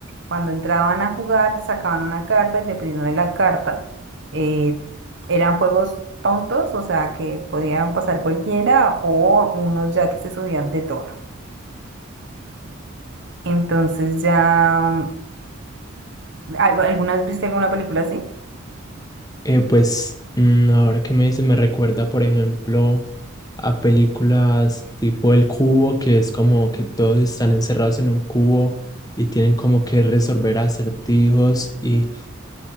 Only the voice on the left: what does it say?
Eh, pues mm, ahora que me dices, me recuerda, por ejemplo, a películas tipo El Cubo, que es como que todos están encerrados en un cubo y tienen como que resolver acertijos y